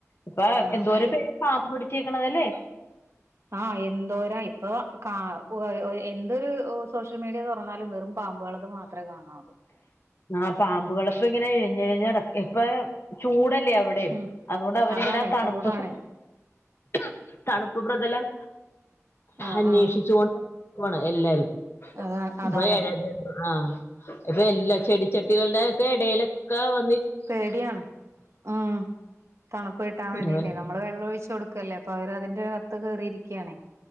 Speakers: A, on the left (about 50°); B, on the right (about 60°).
A: ഇപ്പൊ
B: ആഹ്
A: എന്തോ ഒരു
B: ജന
A: പേ പാമ്പ് പിടിച്ചേക്കണത് അല്ലേ.
B: ആഹ് എന്തോരാ ഇപ്പൊ കാ എന്തൊരു സോഷ്യൽ മീഡിയ തുറന്നാലും വെറും. പാമ്പുകളത് മാത്രേ കാണാറു
A: ആ പാമ്പുകള് ഇപ്പങ്ങനെ എഴഞ്ഞ് ഇഴഞ്ഞു നട ഇപ്പൊ ചൂടല്ലേ അവിടെ ടെ
B: ഉം
A: അതുകൊണ്ട് അവരിങ്ങനെ
B: അതാണേ
A: തണുപ്പ്
B: ചൂടാണേ
A: <unintelligible> തണുപ്പ് പ്രതലം
B: ആഹ്
A: അന്വേഷിച്ചു
B: ആഹ്
A: കൊണ്ട് <unintelligible> എല്ലരും.
B: അതാ അതാണേ
A: പ്പം എഴ ജന്തു ആഹ്. ഇപ്പൊ എല്ലാ ചെടിച്ചെട്ടികളുടെ ഒക്കെ ഇടയിലൊക്കെ വ
B: പേടിയാണ് ഉം തണുപ്പ് കിട്ടാൻ വേണ്ടിട്ടേ
A: ഇവൻ
B: നമ്മള് വെള്ളം ഒഴിച്ചു കൊട് ക്കല്ലേ അപ്പൊ അവര് അതിന്റെകത്ത് കേറിയിരിക്കണേ.